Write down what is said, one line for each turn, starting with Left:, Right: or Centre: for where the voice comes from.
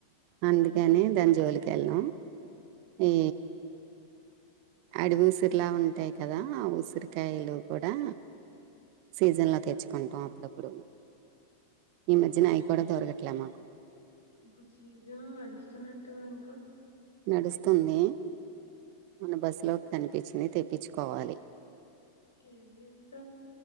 Right: అందుకని దాని జోలికి వెళ్ళనాం ఈ అడవి ఉసిరిలా ఉంటాయి కదా ఆ ఉసిరికాయలు కూడా సీజన్లో తెచ్చుకుంటాం అప్పుడప్పుడు ఈ మధ్యన అవి కూడా దొరకట్లే మాకు
Left: ఇప్పుడు సీజన్ నస్తున్న తెలంగా
Right: నడుస్తుంది మన బస్సులోకి కనిపించింది తెప్పించుకోవాలి
Left: కేజీ ఎంత